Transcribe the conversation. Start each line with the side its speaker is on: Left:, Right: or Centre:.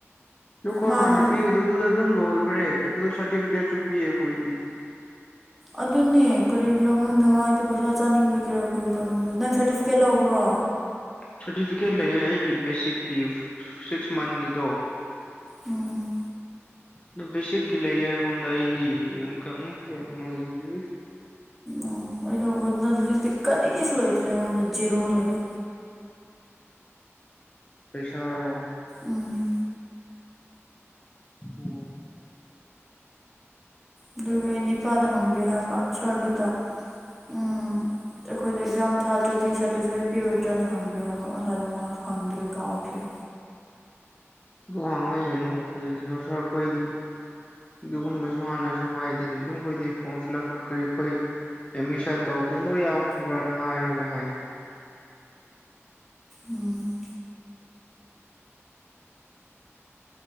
Left: ꯑꯗꯨ ꯑꯩꯈꯣꯏ
Centre: ꯃꯥꯅ
Left: ꯍꯥꯟꯅ ꯄꯤꯕꯗꯨꯗ ꯑꯗꯨꯝ ꯂꯣꯏꯈ꯭ꯔꯦ ꯑꯗꯨ ꯁꯥꯔꯇꯤꯐꯤꯀꯦꯠꯁꯨ ꯄꯤꯌꯦ ꯑꯩꯈꯣꯏꯗꯤ
Centre: ꯑꯗꯨꯅꯦ ꯀꯔꯤꯒꯤꯔꯥ ꯈꯪꯗꯦ ꯃꯥꯢꯗꯤ ꯄꯩꯁꯥ ꯆꯥꯅꯤꯡꯕꯒꯤꯔꯥ ꯀꯔꯤ ꯇꯧꯅꯤꯡꯕꯒꯤꯔꯥ ꯅꯪ ꯁꯥꯔꯇꯤꯐꯤꯀꯦꯠ ꯂꯧꯕ꯭ꯔꯣ
Left: ꯁꯥꯔꯇꯤꯐꯤꯀꯦꯠ ꯂꯩꯌꯦ ꯑꯩꯒꯤ ꯕꯦꯁꯤꯛꯀꯤ ꯁꯤꯛꯁ ꯃꯟꯒꯤꯗꯣ
Centre: ꯑꯝ
Left: ꯑꯗꯨ ꯕꯦꯁꯤꯛꯒꯤ ꯂꯩꯌꯦ ꯑꯩꯉꯣꯟꯗ ꯑꯩꯗꯤ ꯑꯃꯨꯛꯒ <unintelligible> <unintelligible>
Centre: ꯎꯝ ꯑꯩꯗꯣ <unintelligible> ꯍꯧꯖꯤꯛꯇꯤ ꯀꯔꯤꯁꯨ ꯂꯩꯇ꯭ꯔꯦ ꯑꯩꯉꯣꯟꯗ ꯖꯤꯔꯣ ꯂꯩꯔꯦ
Left: ꯄꯩꯁꯥꯔꯣ
Centre: ꯎꯝ
Left: ꯎꯝ
Centre: ꯑꯗꯨꯒꯤ ꯑꯩ ꯅꯤꯄꯥꯗ ꯍꯪꯕꯤꯌꯣ ꯍꯥꯏꯕ ꯁꯥꯔꯗꯨꯗ ꯎꯝ ꯑꯩꯈꯣꯏꯗ ꯑꯦꯛꯖꯥꯝ ꯊꯥꯗ꯭ꯔꯗꯤ ꯁꯥꯔꯇꯤꯐꯤꯀꯦꯠ ꯄꯤꯔꯣꯏꯗ꯭ꯔꯅ ꯍꯪꯕꯤꯌꯨ ꯍꯥꯏꯕ ꯉꯁꯥꯏꯗꯣ ꯃꯥ ꯍꯪꯗ꯭ꯔꯦ ꯀꯥꯎꯈ꯭ꯔꯦ
Left: ꯑꯗꯨ ꯍꯥꯡꯉ ꯌꯦꯡꯉꯣ ꯀꯔꯤꯒꯤꯅꯣ ꯁꯥꯔ ꯑꯩꯈꯣꯏꯒꯤ ꯑꯗꯨꯒꯨꯝꯕꯁꯨ ꯍꯥꯟꯅꯁꯨ ꯍꯥꯏꯗꯦꯅ ꯑꯗꯨꯝꯈꯣꯏꯗꯤ ꯐꯣꯔꯝ ꯐꯤꯜ ꯑꯞ ꯀꯔꯤ ꯑꯩꯈꯣꯏ ꯑꯦꯗꯃꯤꯁꯟ ꯇꯧꯕꯗ ꯂꯣꯏ ꯌꯥꯎꯈ꯭ꯔꯕ꯭ꯔꯅ ꯍꯥꯏꯔꯒ ꯍꯥꯏꯌꯨ
Centre: ꯑꯝ